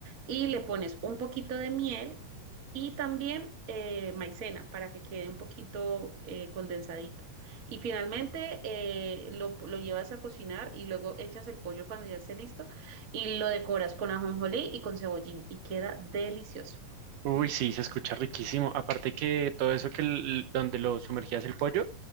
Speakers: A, on the right; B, on the right.
A: y le pones un poquito de miel y también eh, maicena para que quede un poquito eh, condensadito. Y finalmente eh, lo, lo llevas a cocinar y luego echas el pollo cuando ya esté listo y lo decoras con ajonjolí y con cebollín y queda delicioso.
B: Uy, sí, se escucha riquísimo. Aparte que todo eso que el- donde lo sumergías el pollo